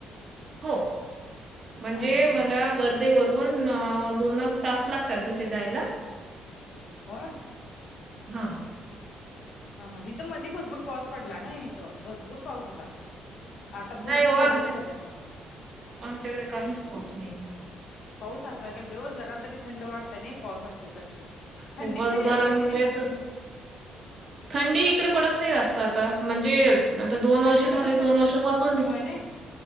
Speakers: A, on the right; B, on the left.
A: हो म्हणजे
B: हा हा
A: मला
B: हा
A: व वरुन जसे दोनच तास लागतात जसे जायला
B: होय
A: हाय.
B: हा हा इिथं मध्ये भरपूर पाऊस पडला ना इथं भरपूर पाऊस होता आता पूर्ण
A: नाही हो आमच्या
B: बंदच झालाय पाऊस
A: आमच्याकडे काहीच पाऊस नाहीे.
B: पाऊस असाय पाहिजे जरा तरी थंड वाढतय नाही पाऊस असला तर थंडीत
A: खूपच
B: तरी
A: गरम
B: असतय की
A: होतय
B: नाही
A: असं.
B: थंडी
A: थंडी इकडे पडत नाही जास्त आता म्हणजे आता दोन
B: थंडीच्या
A: वर्ष झाले
B: दिवसात
A: दोन वर्षापासून
B: होय नाही